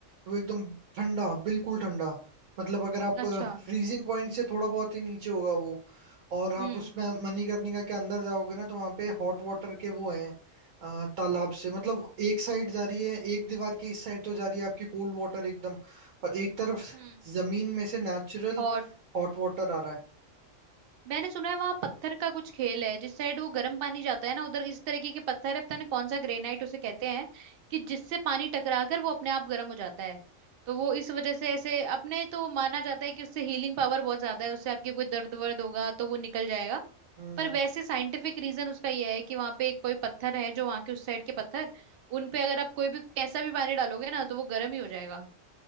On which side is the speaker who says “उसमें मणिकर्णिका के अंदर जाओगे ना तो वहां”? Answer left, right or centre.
Right